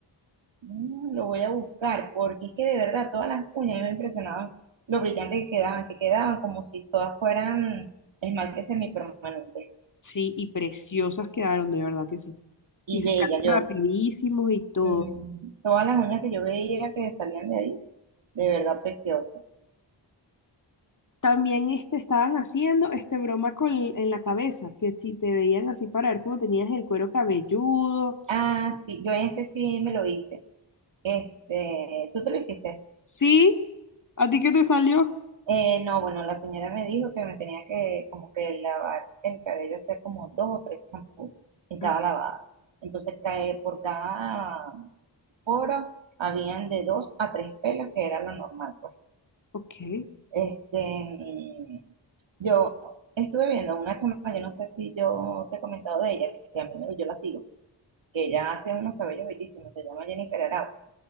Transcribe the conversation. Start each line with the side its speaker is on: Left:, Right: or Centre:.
Right: Mm, lo voy a buscar, porque es que de verdad todas las uñas a mí me impresionaban lo brillante que quedaban, que quedaban como si todas fueran esmalte semipermanente
Left: Sí, y preciosas quedaron, de verdad que sí.
Right: y
Left: Y sacaron
Right: bella yo.
Left: rapidísimos y todo.
Right: mm, todas las uñas que yo veía que salían de ahí, de verdad precioso.
Left: También este, estaban haciendo este broma con, en la cabeza, que si te veían así para ver cómo tenías el cuero cabelludo.
Right: Ah, sí, yo ese sí me lo hice. Este, ¿tú te lo hiciste?
Left: Sí, ¿a ti qué te salió?
Right: Eh, no, bueno, la señora me dijo que me tenía que como que lavar el cabello, hacer como dos o tres champús en cada
Left: Ah,
Right: lavada. Entonces, cae por cada poro habían de dos a tres pelos, que era lo normal. Pues.
Left: ok.
Right: Este, mm, yo estuve viendo una chama, yo no sé si yo te he comentado de ella, que a mí me, yo la sigo, que ella hace unos cabellos bellísimos, se llama Jennifer Arau.